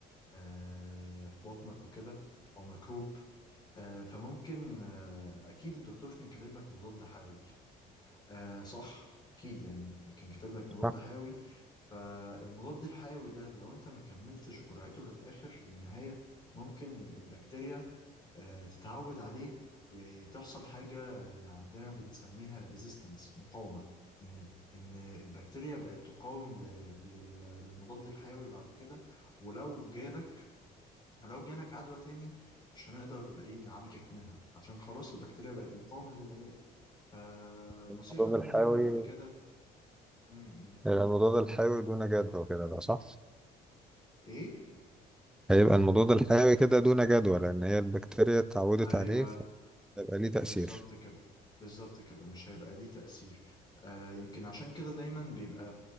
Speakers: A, on the left; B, in the centre.
A: آه، في بطنك وكده او ميكروب آه، فممكن آه، اكيد الدكتور كان كاتب لك مضاد حيوي آه صح اكيد يعني كان كاتب لك مضاد
B: صح.
A: حيوي فالمضاد الحيوي ده لو انت ما كملتش جرعته للاخر للنهايه ممكن البكتيريا آه تتعود عليه وتحصل حاجه آه، عندنا بنسميها ريزيستنس مقاومه ان ان البكتيريا بقت تقاوم ل- لل- للمضاد الحيوي بعد كده ولو جالك ولو جالك عدوى تاني مش هنقدر ايه نعالجك منها عشان خلاص البكتيريا بقت مقاومه للعلاج فنصيحه
B: الحبوب
A: مني
B: الحيوي
A: يعني بعد كده امم
B: هيبقى المضاد
A: ن-
B: الحيوي دون جدوى كده ده صح؟
A: ايه
B: هيبقى المضاد الحيوي كده دون جدوى لأن هي البكتيريا اتعودت
A: ايوه
B: عليه فهيبقى ليه تأثير
A: بالظبط كده بالظبط كده مش هيبقى ليه تأثير آه يمكن عشان كده دايما بيبقى